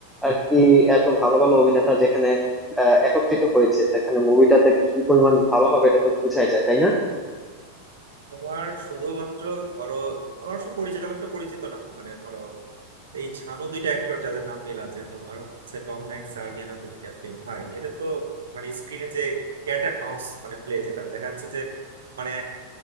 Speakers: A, in the centre; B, on the right (about 65°).
A: আর কি এত ভালো ভালো অভিনেতা যেখানে আহ, একত্রিত হয়েছে যেখানে মুভিটাতে কি পরিমাণ ভালো হবে এটা তো বোঝাই যায় তাই না
B: তোমার শুধুমাত্র ধরো আমার অবশ্য পরিচালকটা পরিচিত না মানে ধরো এই ঝানু দুইটা অ্যাক্টর যাদের নাম মিল আছে তোমার হচ্ছে টম হ্যাঙ্কস আর লিওনার্দো ডিক্যাপ্রিও ভাই এদের তো মানে স্ক্রিনে যে ক্যাট এন্ড মাউস মানে প্লে যেটা দেখা যাচ্ছে যে মানে